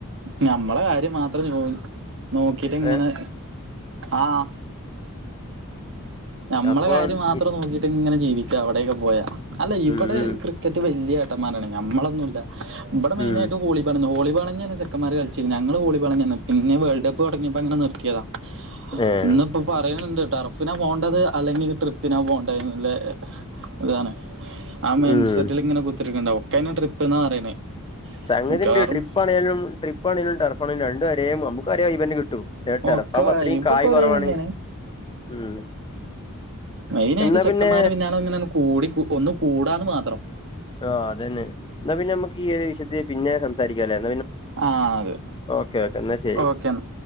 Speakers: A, on the right (about 60°); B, on the left (about 20°).
A: ഞമ്മളെ കാര്യം മാത്രം ജോലി നോക്കിട്ടിങ്ങനെ
B: ഏഹ്
A: ആഹ് <inaudible> നമ്മളെ
B: അപ്പൊ
A: കാര്യം മാത്രം
B: ഇ-
A: നോക്കിയിട്ട് ഇങ്ങനെ ജീവിക്കും ഒക്കെ അവിടേക്ക് പോയാ അല്ല ഇവിടെ
B: ഉം ഉം
A: ക്രിക്കറ്റ് വല്യ മാരാണ് ഞമ്മളൊന്നുംല്ല ബ്ബടെ മെയിനായിട്ട്
B: ഉം
A: വോളി ബേന്ന് വോളി ളഞ്ഞ ക്കമാര് കളിച്ചീനിം ഞങ്ങള് വോളിബോൾ തന്നേണ് പിന്നെ വേൾഡ് കപ്പ് തുടങ്ങിയപ്പോ അങ്ങനെ നിർത്തിയതാ
B: ഏഹ്
A: ഇന്ന്പ്പോ പറയ്ണ്ണ്ട്‌ ടർഫിനാ പോണ്ടത് അല്ലെങ്കിൽ ട്രിപ്പിനാ പോണ്ടേന്ന്ല്ലെ താണ് ആ മൈൻഡ്
B: ഉം
A: സെറ്റില്ങ്ങനെ കുത്തര്ക്കുണ്ടാവും ഒക്കനും ട്രിപ്പ്ന്നാ പറയണേ
B: സംഘതിണ്ട്
A: മിക്കവാറും
B: ട്രിപ്പാണേലും ട്രിപ്പ് പ്പാണേലും ടർഫാണേലും ഒരേപോലെ <unintelligible> ക്കൊരേ വൈബന്നെ കിട്ടും ടർഫാകുമ്പോ
A: ഒക്കെ വൈബൊക്കെ
B: അതത്രീം കായ്
A: ഒരേ
B: കുറവാണ്
A: തന്നെയാണ്
B: മ്മ്
A: മെയിൻ ആയിട്ട്
B: എന്നാ
A: ചെക്കന്മാര്
B: പിന്നെ
A: പിന്നാലെ ഇങ്ങനെ കൂടി ഒന്ന് കൂടാന്ന് മാത്രം
B: ആ അതന്നെ എന്നാ പിന്നെ നമ്മക്ക് പിന്നെ സംസാരിക്കാല്ലേ
A: ആഹ അതെ
B: ഓക്കെ ഓക്കെ എന്നാ ശരി
A: ഓക്കേ എന്നാ